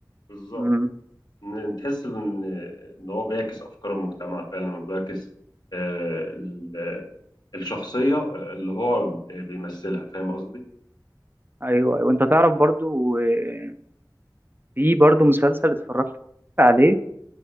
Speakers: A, on the left; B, on the right.
A: بالظبط
B: امم
A: إن- تحس ان ان هو بيعكس افكار المجتمع فعلا لما بيعكس آه، ال- الشخصيه اللي هو بيمثلها فاهم قصدي
B: ايوه ايوه انت تعرف برضو آه، في برضو مسلسل اتفرجت عليه